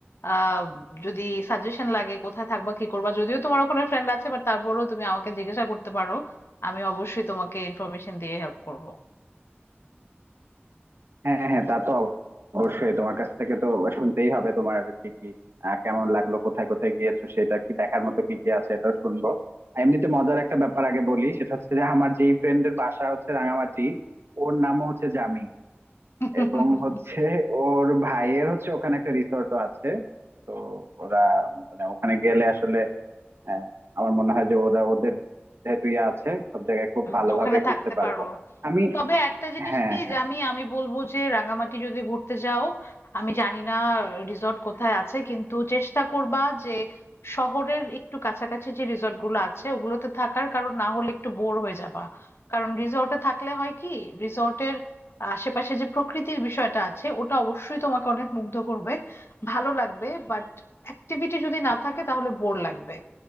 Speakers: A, on the left; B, on the right.
A: আহ যদি সাজেশন লাগে কোথায় থাকবা কি করবা যদিও তোমার ওখানে ফ্রেন্ড আছে বাট তারপরেও তুমি আমাকে জিজ্ঞাসা করতে পারো আমি অবশ্যই তোমাকে ইনফরমেশন দিয়ে হেল্প করব
B: হ্যাঁ হ্যাঁ তা তো অবশ্যই তোমার কাছ থেকে তো শুনতেই হবে তোমার কি কি আহ, কেমন লাগলো কোথায় কোথায় গিয়েছো সেটা কি দেখার মতো কি কি আছে এটা শুনবো আর এমনিতে মজার একটা ব্যাপার আগে বলি সেটা হচ্ছে যে আমার যেই ফ্রেন্ডের বাসা হচ্ছে রাঙামাটি ওর নামও হচ্ছে জামি
A: <laughs>
B: এবং হচ্ছে ওর ভাইয়ের হচ্ছে ওখানে একটা রিসোর্টও আছে তো ওরা মানে ওখানে গেলে আসলে আহ, আমার মনে হয় যে ওরা ওদের যেহেতু ইয়ে আছে সব জায়গায় খুব
A: উম,
B: ভালোভাবে
A: ওখানে
B: ঘুরতে
A: থাকতে
B: পারবো
A: পারো
B: আমি
A: তবে একটা জিনিস
B: হ্যাঁ
A: কি
B: হ্যাঁ
A: যে আমি আমি বলবো যে রাঙামাটি যদি ঘুরতে যাও আমি জানি না রিসর্ট কোথায় আছে কিন্তু চেষ্টা করবা যে শহরের একটু কাছাকাছি যে রিসর্ট গুলো আছে ওগুলোতে থাকার কারণ না হলে একটু বোর হয়ে যাবা কারণ রিসর্টে থাকলে হয় কি রিসর্টের আশেপাশে যে প্রকৃতির বিষয়টা আছে ওটা অবশ্যই তোমাকে অনেক মুগ্ধ করবে ভালো লাগবে বাট অ্যাক্টিভিটি যদি না থাকে তাহলে বোর লাগবে